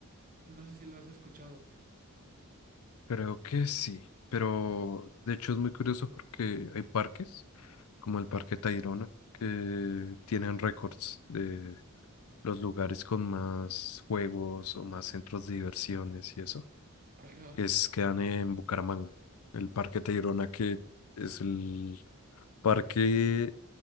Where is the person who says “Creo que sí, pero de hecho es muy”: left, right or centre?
Left